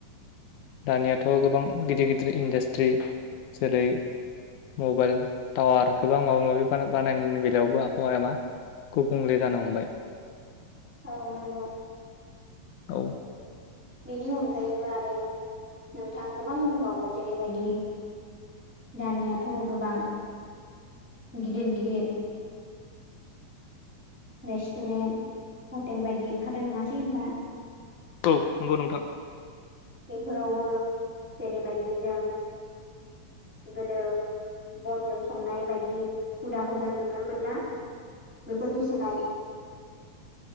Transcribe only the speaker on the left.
दानियाथ' गोबां गिदिर गिदिर इन्डास्ट्रि जेरै मबाइल टावार गोबां माबा माबि बानायनायनि बेलायावबो आबहावाया मा गुबुंले जानो हमबाय
औ
औ नंगौ नोंथां
<inaudible>